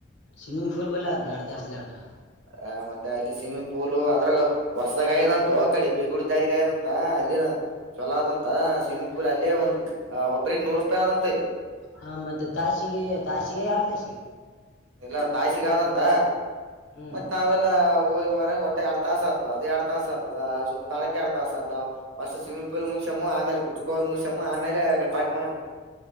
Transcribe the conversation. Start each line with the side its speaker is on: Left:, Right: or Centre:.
Left: ಸ್ವಿಮಂಗ್ ಫೂಲ್ ಬಲ್ಲಿ ಅದ್ ಯಾರ್ಡ ತಾಸ ಲೇಟ್
Right: ಏ ಮತ್ತೆ ಅಲ್ಲಿ ಸ್ವಿಮ್ಮಿಂಗ್ ಪೂಲ್ ಅದ್ರಾಗ ಹೊಸ್ ಗಾಯದಂತ ಕಡೆ ಬೀಗುಡಿ ದಾರಿ ಗಾಯದಂತ ಅಲ್ಲಿನ ಚಛಲ ಅದಂತ ಸ್ವಿಮ್ಮಿಂಗ್ ಪೂಲ್ ಅಲ್ಲಿ ಇ ಒಂದ್ ಒಬ್ರಿಗೆ ನೂರು ರೂಪಾಯಿ ಆದಂತ ಇದೆ
Left: ಹ ಮತ್ತೆ ತಾಸಿಗೆ ತಾಸಿಗೆ ಎರಡ್ ತಾಸಿಗೆ
Right: ಎಲ್ಲ ತಾಯ್ಸಿಗ ಆದಂತ
Left: ಹ್ಮ್
Right: ಮತ್ತ್ ನಾವೆಲ್ಲ ಹೋಗುವರ ಎರ ತಾಸ ಆಗ್ತದ ಅದು ಎರ ತಾಸ ಆತದ ಸುತ್ತ ತಳಕ್ಕೆ ಎರ ತಾಸ ಆತಸ್ಟ್ ಸ್ವಿಿ್ ಪೂಲ್ ಮುಗ್ಮ ಆಮೇಲೆಟ್ಟ ಕುಡ್ಕೋ ಮುಷಮ್ಮ ಆಮೇಲೆ ಪಾಕ್ಿ ಮಾಡಮ್ಮ